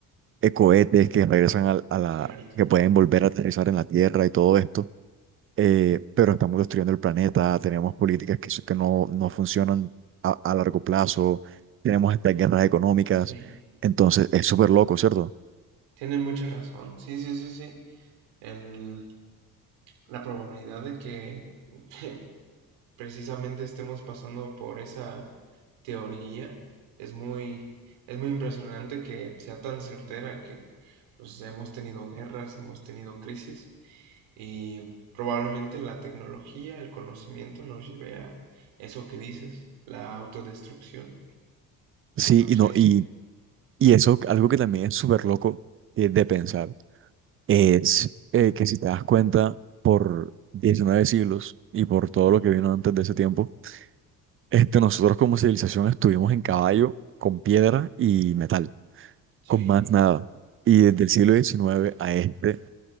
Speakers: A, on the right (about 30°); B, on the right (about 70°).
A: eh, cohetes que regresan al- a, la,
B: cierto.
A: que pueden volver a aterrizar en la Tierra y todo esto, eh, pero estamos destruyendo el planeta, tenemos políticas que, que no, no funcionan a, a largo plazo, tenemos estas guerras económicas,
B: Sí,
A: entonces es súper loco, ¿cierto?
B: tienes mucha razón. Sí, sí, sí, sí. El- la probabilidad de que <laughs> precisamente estemos pasando por esa teoría es muy, es muy impresionante que sea tan certera que pues, hemos tenido guerras, hemos tenido crisis y probablemente la tecnología, el conocimiento nos lleve a eso que dices, la autodestrucción.
A: Sí,
B: No
A: y no,
B: sé.
A: y Y eso, algo que también es súper loco eh, de pensar, es eh, que si te das cuenta, por 19 siglos y por todo
B: Ujú.
A: lo que vino antes de ese tiempo, este, nosotros como civilización estuvimos en caballo, con piedra y metal, con
B: Sí,
A: más nada. Y desde el siglo diecinueve a este,